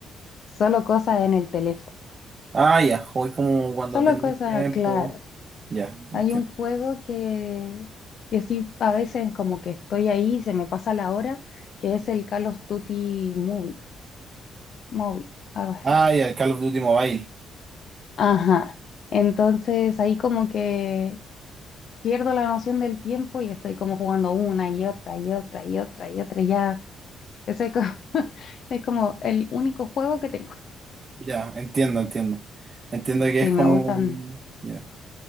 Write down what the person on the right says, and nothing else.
Ah, ya, jugué como cuando
tenía
tiempo.
Ya, entiendo.
Ah, ya, el Call of Duty Mobile.
Ya, entiendo, entiendo. Entiendo que
es como...
un- Ya.